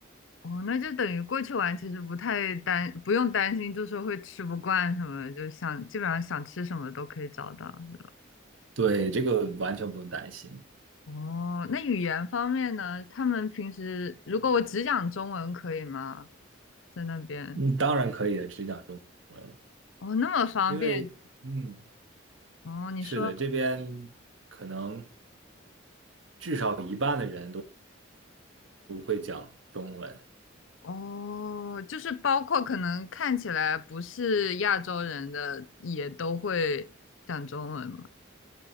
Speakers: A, on the left (about 75°); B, on the right (about 75°).
A: 哦，那就等于过去玩其实不太担，不用担心，就是会吃不惯什么，就想基本上想吃什么都可以找到，是吧？
B: 对，这个完全不用担心。
A: 哦，那语言方面呢？他们平时如果我只讲中文可以吗？在那边
B: 嗯，当然可以的，只讲中文，
A: 哦，那么方便
B: 因为嗯，
A: 哦。你说
B: 是的，这边可能至少一半的人都不会讲中文。
A: 哦，就是包括可能看起来不是亚洲人的也都会讲中文吗？